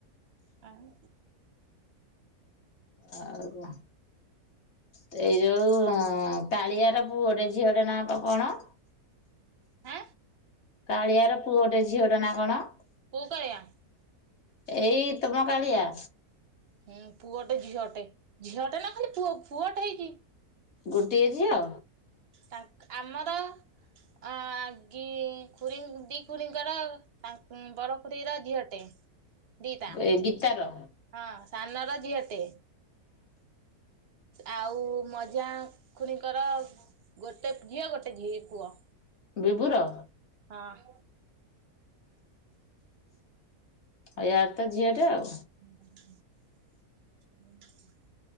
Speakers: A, on the right; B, on the left.
A: ଆଉ
B: ଆଉ ତେଉ ଯୋଉ କାଳିଆର ପୁଅଟେ ଝିଅଟେ ନାଁ ବା କଣ?
A: ଆଁ
B: କାଳିଆର ପୁଅଟେ ଝିଅଟେ ନା କଣ?
A: କୋଉ କାଳିଆ?
B: ଏଇ ତମ କାଳିଆ।
A: ହୁଁ ପୁଅଟେ ଝିଅଟେ। ଝିଅଟେ ନା ଖାଲି ପୁଅ ପୁଅଟେ ହେଇଛି।
B: ଗୋଟିଏ ଝିଅ।
A: ତା ଆମର ଅ ଦି ଖୁରି ଖୁରିଙ୍କର ଆ ବଡ ଖୁଡୀର ଝିଅଟେ ଦିଟା।
B: ଏ ଗୀତାର
A: ହଁ ସାନର ଝିଅଟେ। ଆଉ ମଝିଆ ଖୁଡିଙ୍କର ଗୋଟେ ଝିଅ ଗୋଟେ ଝିଅ ପୁଅ।
B: ବିିଭୁର।
A: ହଁ।
B: ଆଉ ୟାର ତ ଝିଅଟେ ଆଉ।
A: <inaudible> <inaudible>